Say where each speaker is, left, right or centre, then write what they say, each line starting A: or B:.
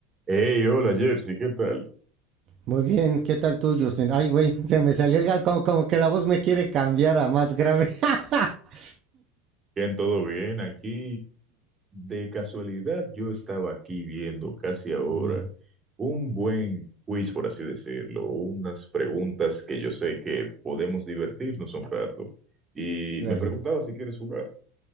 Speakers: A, on the right; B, on the right.
A: Hey, hola Jersey, ¿qué tal?
B: Muy bien, ¿qué tal tú, Justin? Ay, güey, <laughs> se me salió el gato, como, como que la voz me quiere cambiar a más grave. <laughs>
A: ¿Bien, todo bien? Aquí, de casualidad, yo estaba aquí viendo casi ahora
B: Mm,
A: un buen quiz, por así decirlo, unas preguntas que yo sé que podemos divertirnos un rato. Y
B: claro.
A: me preguntaba si quieres jugar.